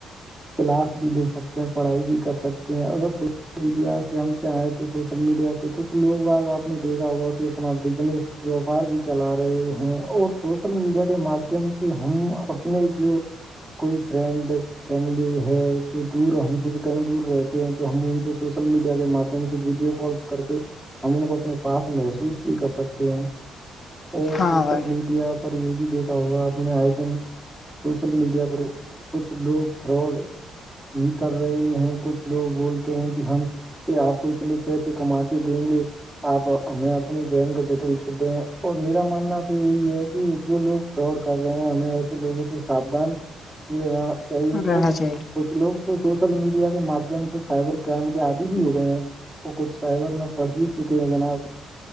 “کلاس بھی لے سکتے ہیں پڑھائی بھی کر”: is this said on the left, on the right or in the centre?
Centre